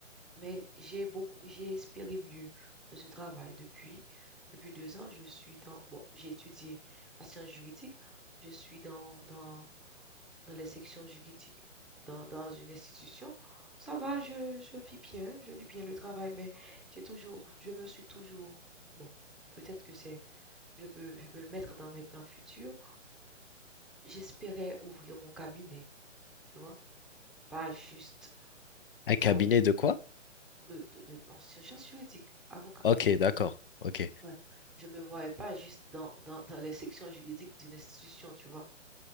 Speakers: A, in the centre; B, on the left.
A: Mais j'ai beaucoup j'ai espéré mieux de ce travail. Depuis depuis 2 ans, je suis dans bon, j'ai étudié la science juridique, je suis dans dans dans les sections juridiques dans dans une institution. Ça va, je je vis bien, je vis bien le travail, mais j'ai toujours je me suis toujours bon, peut-être que c'est je peux je peux le mettre dans mes plans futurs. J'espérais ouvrir mon cabinet, tu vois? Pas juste
B: Un cabinet
A: comme
B: de quoi?
A: de de de en sciences juridiques, avocat.
B: Ok, d'accord. Ok.
A: Ouais. Je me voyais pas juste dans dans dans les sections juridiques d'une institution, tu vois?